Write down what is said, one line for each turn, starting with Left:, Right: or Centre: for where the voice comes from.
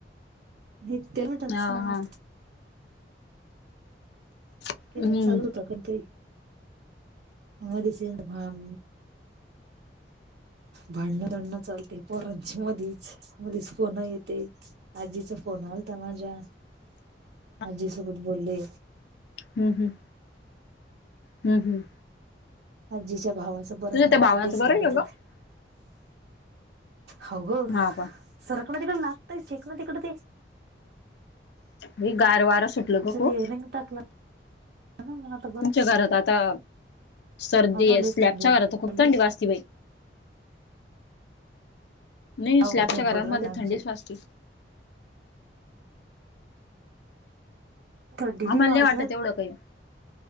Right: <unintelligible>
Left: हा
Right: ना मग?
Left: हा हम्म
Right: ते चालू होतं कायत्तरी मधेच हे येतं भाम
Left: <inaudible>
Right: भांडणं दंडणं चालते पोरांची मधीच, मधीच फोनं येते आजीचा फोन आल्ता माझ्या
Left: <inaudible>
Right: आज्जी सोबत बोल्ले
Left: हं हं हं हं
Right: आज्जीच्या भावाचं बरं
Left: तुझ्या
Right: नाईल्ते
Left: त्या भावाचं
Right: सांगायचं
Left: बरं आहे गं
Right: काय? हौगं,
Left: हा का
Right: सरकना तकडं आत्ता येतंय इकडंतिकडं ते
Left: नि गार वारं सुटलं
Right: येच्यात
Left: ग खूप
Right: ए रेक टाकलं <unintelligible>
Left: तुमच्या घरात आता, सर्दी
Right: हो ना
Left: असल्या
Right: लईच थंडी
Left: च्याअर
Right: वाजली
Left: तर खूप थंडी वाजते बाई. नाही,
Right: हाव
Left: स्लॅबच्या
Right: ग थंड
Left: घरांमध्ये
Right: पडू राहिली आमची
Left: थंडीच असती.
Right: थंडी
Left: आम्हाला
Right: वाजत
Left: नाही वाटत येवढं काई.